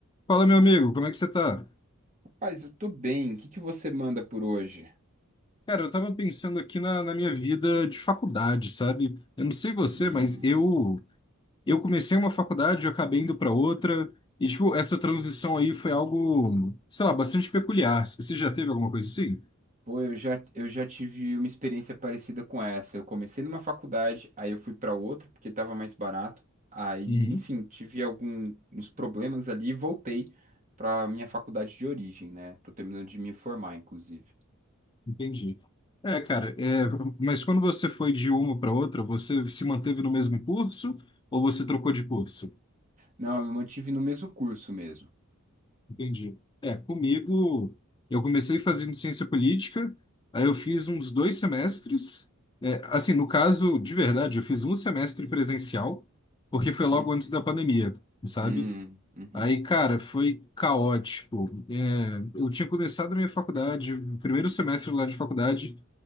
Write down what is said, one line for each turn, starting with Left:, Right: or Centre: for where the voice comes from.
Left: Fala, meu amigo, como é que você tá?
Right: Paz, eu tô bem. O que que você manda por hoje?
Left: Cara, eu tava pensando aqui na, na minha vida de faculdade, sabe? Eu não sei você,
Right: Hum,
Left: mas eu eu comecei uma faculdade, eu acabei indo pra outra, e tipo, essa transição aí foi algo, sei lá, bastante peculiar. Você já teve alguma coisa assim?
Right: pô, eu já, eu já tive uma experiência parecida com essa. Eu comecei numa faculdade, aí eu fui pra outra porque tava mais barato. Aí,
Left: Uhum,
Right: enfim, tive alguns problemas ali e voltei pra minha faculdade de origem, né? Tô terminando de me formar, inclusive.
Left: entendi. É, cara, é, mas quando você foi de uma para outra, você se manteve no mesmo curso ou você trocou de curso?
Right: Não, eu me mantive no mesmo curso mesmo.
Left: Entendi. É, comigo, eu comecei fazendo ciência política, aí eu fiz uns dois semestres. É, assim, no caso, de verdade, eu fiz um semestre presencial, porque foi logo
Right: Uhum,
Left: antes da pandemia, sabe?
Right: Hum, uhum.
Left: Aí, cara, foi caótico. É, eu tinha começado a minha faculdade, o primeiro semestre lá de faculdade,